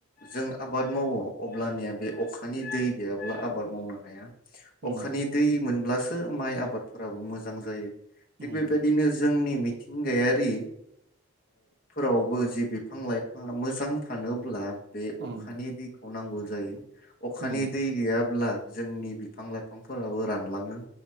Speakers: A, on the left; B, on the right.
A: जों आबाद मावो अब्लानिया बे अखानि दै गैयाब्ला आबाद मावनो हाया।
B: उम
A: अखानि दै मोनब्लासो माइ आबादफोराबो मोजां जायो।
B: उम
A: थिग बेबायदिनो जोंनि मिथिंगायारि फोरावबो जि बिफां लाइ फांआ मोजां थानोब्ला बे
B: उम
A: अखानि दैखौ नांगौ जायो। अखानि
B: उम
A: दै गैयाब्ला जोंनि बिफां लाइफांफोराबो रानलाङो।